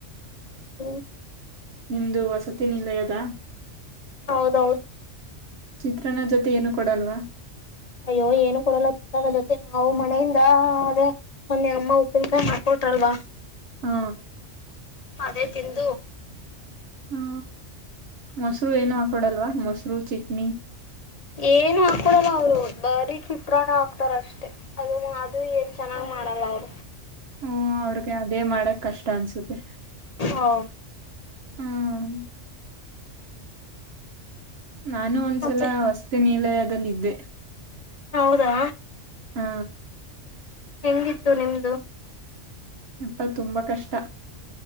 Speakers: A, on the left; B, on the right.
A: ಹೂ
B: ನಿಮ್ದು ವಸತಿ ನಿಲಯದ
A: ಹೌದೌದು
B: ಚಿತ್ರನ ಜೊತೆ ಏನು ಕೊಡಲ್ವಾ
A: ಅಯ್ಯೋ ಏನು ಕೊಡಲ್ಲ ಚತ್ರದ ಜೊತೆ ನಾವು ಮನೆಯಿಂದ ಅದೇ ಮೊನ್ನೆ ಅಮ್ಮ ಉಪ್ಪಿನಕಾಯಿ ಮಾಡ್ಕೊಟ್ರಲ್ವಾ
B: ಹಾ
A: ಅದೇ ತಿಂದು
B: ಹಾ ಮೊಸರು ಏನು ಹಾಕೊಡಲ್ವಾ ಮೊಸರು ಚಿಟ್ನಿ
A: ಏನು ಹಾಕೊಡಲ್ಲ ಅವ್ರು ಬರೀ ಚಿತ್ರಾನ್ನ ಹಾಕ್ತಾರ ಅಷ್ಟೇ ಅದು ಅದು ಏನ್ ಚೆನ್ನಾಗ್ ಮಾಡಲ್ಲ ಅವ್ರು
B: ಹ ಅವ್ರಿಗೆ ಅದೇ ಮಾಡಕ್ ಕಷ್ಟ ಅನ್ಸುತ್ತೆ
A: ಹೌದು
B: ಹ್ಮ್ ನಾನು ಒಂದ್ಸಲ
A: ಮತ್ತೆ
B: ವಸತಿನಿಲಯ ಲ್ಲಿದ್ದೆ
A: ಹೌದಾ
B: ಹಾ
A: ಹೆಂಗಿತ್ತು ನಿಮ್ದು
B: ಅಪ್ಪಾ ತುಂಬಾ ಕಷ್ಟ